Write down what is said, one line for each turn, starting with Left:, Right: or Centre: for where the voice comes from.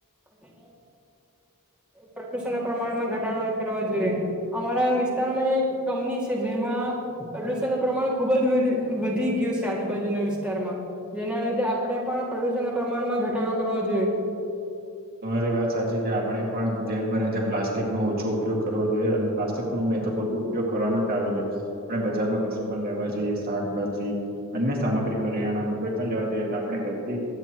Centre: અને પ્રદુષણના પ્રમાણમાં ઘટાડો કરવા જોઈએ અમારા વિસ્તારમાં એક કંપની છે જેમાં પ્રદુષણનું પ્રમાણ ખુબ જ વધી ગયું છે આજુબાજુના વિસ્તારમાં. જેના લીધે આપણે પણ પ્રદુષણ ના પ્રમાણમાં ઘટાડો કરવો જોઈએ
Right: તમારી વાત સાચી છે આપણે પણ જેમ બને તેમ પ્લાસ્ટિકનો ઓછો ઉપયોગ કરવો જોઈએ અને પ્લાસ્ટિક ન મેં તો વધધુ ઉપયોગ કરવાનો ચાલો જો આપણે બજારમાં કશું પણ લેવા જઈએ શાકભાજી અન્ય સામગ્રી કરિયાણાનું કોઈ પણ લેવા જોઈએ તો આપણે ઘરથી